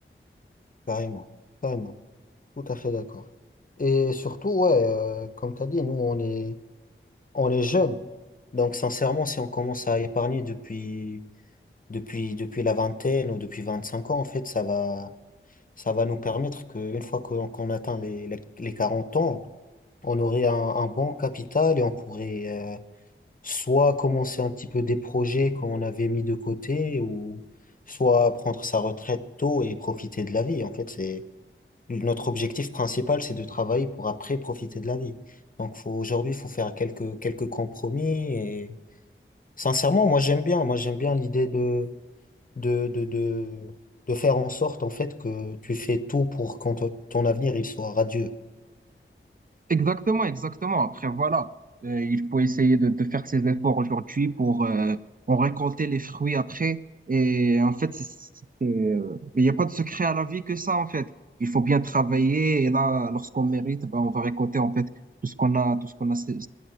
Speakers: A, on the left (about 40°); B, on the right (about 40°).
A: Carrément, carrément. Tout à fait d'accord. Et surtout, ouais, euh, comme tu as dit, nous, on est, on est jeunes. Donc, sincèrement, si on commence à épargner depuis depuis, depuis la vingtaine ou depuis 25 ans, en fait, ça va, ça va nous permettre qu'une fois qu'on qu'on atteint les, les, les 40 ans, on aurait un, un bon capital et on pourrait euh, soit commencer un petit peu des projets qu'on avait mis de côté ou soit prendre sa retraite tôt et profiter de la vie. En fait, c'est notre objectif principal, c'est de travailler pour après profiter de la vie. Donc, faut, aujourd'hui, il faut faire quelques, quelques compromis et sincèrement, moi, j'aime bien. Moi, j'aime bien l'idée de de, de, de, de faire en sorte en fait que tu fais tout pour que ton ton avenir il soit radieux.
B: Exactement, exactement. Après, voilà, Euh, il faut essayer de, de faire ses efforts aujourd'hui pour euh, en récolter les fruits après. Et en fait, c'est, c'est- euh, il n'y a pas de secret à la vie que ça, en fait. Il faut bien travailler et là, lorsqu'on mérite, ben, on va récolter en fait tout ce qu'on a, tout ce qu'on a, sé-